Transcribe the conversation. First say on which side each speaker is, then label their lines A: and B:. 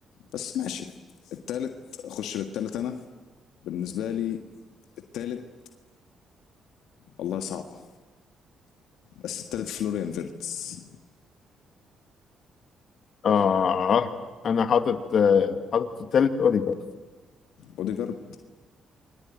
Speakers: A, on the left; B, on the left.
A: بس ماشي التالت اخش بالتالت انا بالنسبة لي التالت والله صعبة بس التالت فلوريان فيرتس
B: آه أنا حاطط آه، حاطط في التالت أوديجارد
A: اوديجارد